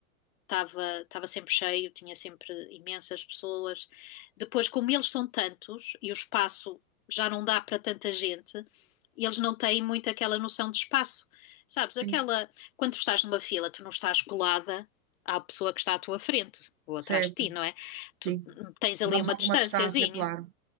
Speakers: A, on the left; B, on the right.
A: estava estava sempre cheio, tinha sempre imensas pessoas. Depois, como eles são tantos e o espaço já não dá para tanta gente, eles não têm muito aquela noção de espaço. Sabes,
B: Sim,
A: aquela. Quando tu estás numa fila, tu não estás colada à pessoa que está à tua frente ou
B: certo.
A: atrás de ti, não é?
B: Sim.
A: Tu tens
B: Damos
A: ali uma
B: alguma
A: distânciazinha.
B: distância, claro.